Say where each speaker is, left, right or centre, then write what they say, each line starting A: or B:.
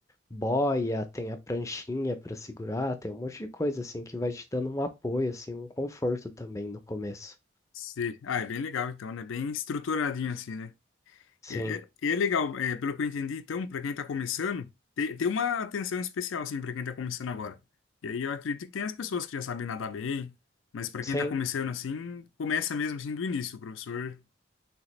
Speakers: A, on the left; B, on the left.
A: boia, tem a pranchinha para segurar, tem um monte de coisa assim que vai te dando um apoio, assim, um conforto também no começo.
B: Sim. Ah, é bem legal, então, né? Bem estruturadinho, assim, né?
A: Sim,
B: É, é, e é legal, é, pelo que eu entendi, então, para quem está começando, tem, tem uma atenção especial, assim, para quem está começando agora. E aí eu acredito que tem as pessoas que já sabem nadar bem, mas para
A: sim,
B: quem está começando assim, começa mesmo assim do início, o professor.